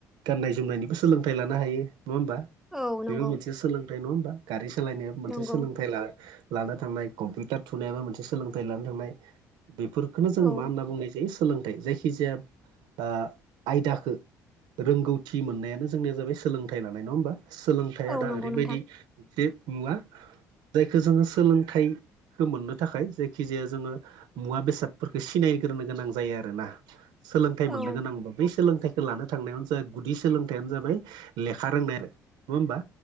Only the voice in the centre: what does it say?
औ नंगौ
नंगौ
औ
औ
नंगौ
नोंथां
औ